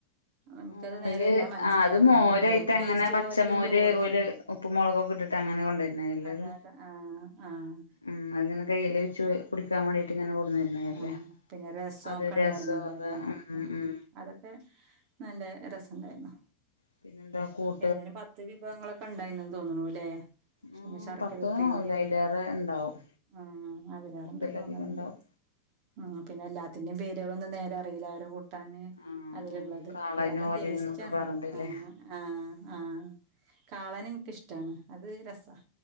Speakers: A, on the right (about 40°); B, on the left (about 85°).
A: എനിക്കത്
B: മോര്
A: നേരെ ഏതാ മനസ്സിലായെ
B: ആഹ് അത് മോരായിട്ടങ്ങനെ
A: എനിക്കൊരു മോരിന്റെ ടേസ്റ്റ്
B: പച്ചമോര്
A: പോലെയൊക്കെ തോന്നി
B: ഓല് ഉപ്പ് മുളകൊക്കെ ഇട്ടിട്ട് അങ്ങനെ കൊണ്ടുവരുന്നല്ലേത്
A: അങ്ങനൊക്കെ ആഹ് ആഹ്
B: ഉം അങ്ങനെ കയ്യിൽ വച്ച് കുടിക്കാൻ വേണ്ടിട്ട് ഇങ്ങനെ കൊണ്ട്ന്നരുന്നതല്ലേ
A: ആഹ് പിന്നെ രസൊക്കെ
B: അതും
A: ഉണ്ടായിരുന്നല്ലോ
B: രസും
A: അല്ലേ
B: ഉം ഉം
A: അതൊക്കെ നല്ല രസം ഉണ്ടായിരുന്നു
B: <unintelligible>
A: ഏതായാലും പത്ത് വിഭവങ്ങളൊക്കെ ഉണ്ടായിന്ന് തോന്ന്ണുല്ലേ
B: ആ
A: പിന്നെ ശർക്കര
B: പത്ത്
A: ഉപ്പേരിയും
B: ആവില്ല അതിലേറെ ഉണ്ടാവും
A: ആഹ് അതിലേറെണ്ട്
B: പത്തിലധികം
A: തോന്നണുണ്ട്
B: ഉണ്ടാവും
A: ഉം പിന്നെ എല്ലാത്തിന്റെയും പേരുകളൊന്നും നേരെ അറിയില്ല അവരെ- കുട്ടാന്
B: ആ
A: അതിലുള്ളത്
B: ആ കാളന്
A: എല്ലാതും
B: ഓലന്നൊക്കെ
A: ടേസ്റ്റ്ണ്
B: പറഞ്ഞിട്ടില്ലേ
A: ആഹ് ആഹ് ആഹ് കാളന് എനിക്കിഷ്ടമാണ് അത് രസാ-